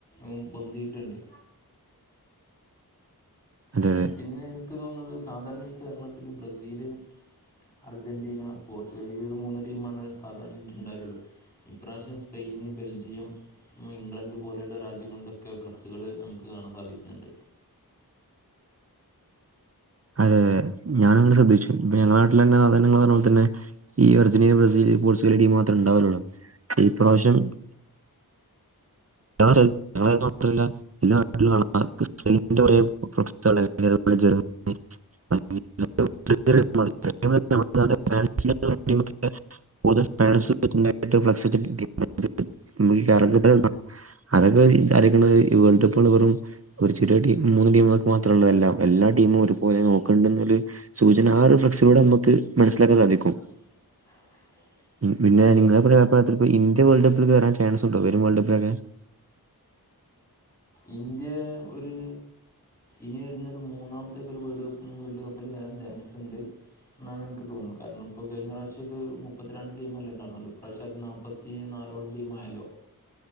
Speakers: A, on the left; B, on the right.
A: ഉം പൊന്തിയിട്ടുണ്ട്.
B: അതെ
A: ഏഹ്
B: അതെ
A: പിന്നെ എനിക്ക് തോന്നുന്നത് സാധാരണ ഈ കേരളത്തില് ബ്രസീല്. അർജന്റീന പോർച്ചുഗൽ ഈ ഒരു മൂന്ന് ടീമാണ് സാധാരണയിട്ട് ഉണ്ടാകലൊള്ളൂ. ഇപ്രാവശ്യം സ്പെയിന് ബെൽജിയം ഇംഗ്ലണ്ട് പോലെയുള്ള രാജ്യങ്ങളുടൊക്കെ ഫ്ലക്സുകൾ നമുക്ക് കാണാൻ സാധിക്കുന്നുണ്ട്.
B: അതെ ഞാൻ അങ്ങനെ ശ്രദ്ധിച്ചു പിന്നെ നാട്ടിൽ <unintelligible> പോലെ തന്നെ. ഈ അർജന്റീന ബ്രസീൽ പോർച്ചുഗൽ ടീമ് മാത്രേ ഉണ്ടാവലുള്ളൂ ഈ പ്രാവശ്യം <unintelligible> മാത്രല്ല <unintelligible> <unintelligible> <unintelligible> അതൊക്കെ <unintelligible> ഇവന്റെ ഒപ്പം ഉള്ള വെറും. ഒര് ചെറിയ ടീം മൂന്ന് ടീമ്കൾക്ക് മാത്രള്ളതല്ല എല്ലാ ടീമും ഒര്പോലെ നോക്കണ്ട്ന്നൊര് സൂചന ആ ഒരുഫ്ക്സിലൂടെ നമ്മക്ക് മനസ്സിലാക്കാൻ സാധിക്കും.
A: <inaudible>
B: പിന്നെ
A: അതെ
B: നിങ്ങളെ
A: അതെ അതെ
B: പ്രായ പ്രായത്തിൽ ഇപ്പൊ ഇന്ത്യ വേൾഡ് കപ്പിൽ വരാൻ ചൻസ് ഉണ്ടോ വരും വേൾഡ് കപ്പിലൊക്കെ. <inaudible>
A: ഇന്ത്യ ഒരു ഇനി വരുന്ന ഒരു മൂന്നാമത്തേക്ക് ഒരു വേൾഡ് കപ്പും കൂടി വേൾഡ് കപ്പിൽ വരാൻ ചാൻസ് ഉണ്ട്. എന്നാണ് എനിക്ക് തോന്നുന്നത് കാരണം ഇപ്പോ കഴിഞ്ഞ പ്രശ്യൊക്കെ മുപ്പത്തി രണ്ട് ടീമല്ലേ ഉണ്ടാര്ന്നുള്ളൂ ഇപ്രാവശ്യം അത് നാപ്പത് ഈ നാലോളം ടീം ആയല്ലോ